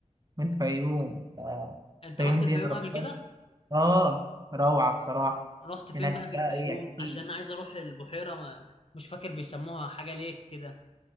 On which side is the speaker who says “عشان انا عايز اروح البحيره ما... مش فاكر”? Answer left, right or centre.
Left